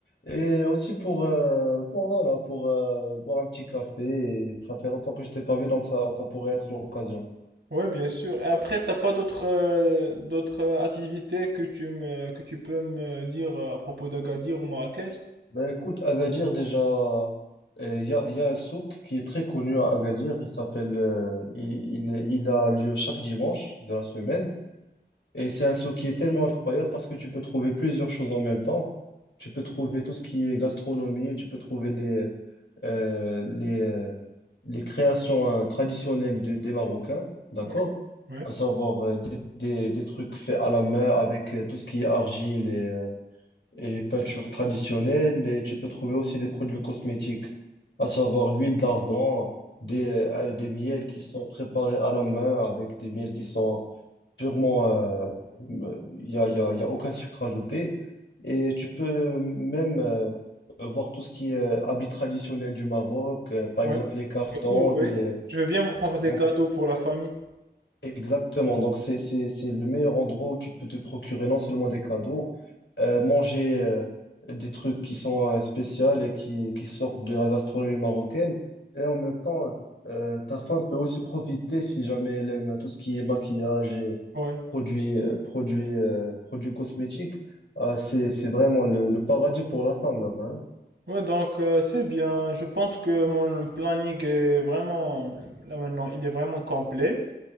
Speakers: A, on the left; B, on the right.
A: Et aussi pour, euh, pour voilà, pour euh, boire un petit café. Et ça fait longtemps que je t'ai pas vu, donc ça, ça pourrait être l'occasion.
B: Ouais, bien sûr. Et après, t'as pas d'autres euh, d'autres euh, activités que tu me que tu peux me dire euh, à propos d'Agadir ou Marrakech?
A: Ben écoute, Agadir, déjà, euh, il y a, il y a un souk qui est très connu à Agadir. Il s'appelle, euh, il, il, il a lieu chaque dimanche de la semaine. Et c'est un souk qui est tellement incroyable parce que tu peux trouver plusieurs choses en même temps. Tu peux trouver tout ce qui est gastronomie, tu peux trouver les, euh, les, euh, les créations hein, traditionnelles de- des Marocains, d'accord?
B: Ouais, ouais,
A: À savoir euh, des, des, des trucs faits à la main avec euh, tout ce qui est argile et peinture traditionnelle. Et tu peux trouver aussi des produits cosmétiques, à savoir l'huile d'argan, des, euh, des miels qui sont préparés à la main avec des miels qui sont purement... euh, Il n'y a, il y a, il y a aucun sucre ajouté. Et tu peux même euh, voir tout ce qui est euh, habits traditionnels du Maroc, euh, par
B: ouais.
A: exemple les caftans,
B: Ce sera cool, ouais.
A: les... euh,
B: Je veux bien prendre des
A: donc
B: cadeaux pour la famille.
A: Exactement. Donc, c'est, c'est, c'est le meilleur endroit où tu peux te procurer non seulement des cadeaux, euh, manger euh, des trucs qui sont euh, spéciaux et qui, qui sortent de la gastronomie marocaine. Et en même temps, euh, euh, ta femme peut aussi profiter si jamais elle aime tout ce qui est maquillage et
B: Ouais.
A: produits, euh, produits, euh, produits cosmétiques. Ah, c'est, c'est vraiment le, le paradis pour la femme là-bas. hein.
B: Ouais, donc euh, c'est bien. Je pense que mon planning est vraiment, là maintenant, il est vraiment complet.